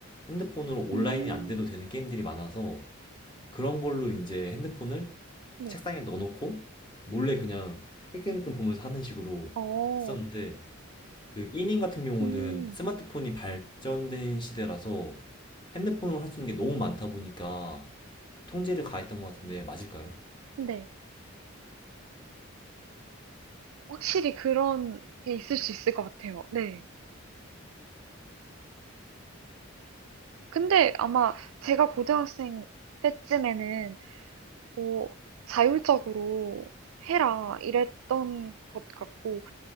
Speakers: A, on the left; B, on the right.
A: 핸드폰으로 온라인이
B: 음.
A: 안 돼도 되는 게임들이 많아서 그런 걸로 이제 핸드폰을
B: 네.
A: 책상에 넣어놓고 몰래 그냥 힐끔힐끔 보면서 하는 식으로
B: 어.
A: 했었는데 그 E님 같은 경우는
B: 음.
A: 스마트폰이 발전된 시대라서 핸드폰으로 할 수 있는 게 너무 많다 보니까 통제를 가했던 것 같은데 맞을까요?
B: 네. 확실히 그런 게 있을 수 있을 것 같아요. 네. 근데 아마 제가 고등학생 때쯤에는 뭐 자율적으로 해라 이랬던 것 같고